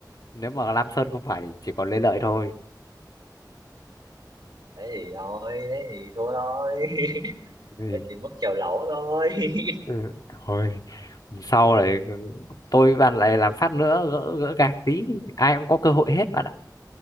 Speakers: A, on the left; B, on the right.
A: nếu mà Lam Sơn không phải chỉ còn Lê Lợi thôi
B: thế thì thôi thế thì thua thôi <laughs>
A: ừ.
B: thế thì mất chèo lẩu thôi <laughs>
A: ừ, thôi sau này ừ, tôi với bạn lại làm phát nữa gỡ gỡ gạc tí ai cũng có cơ hội hết bạn ạ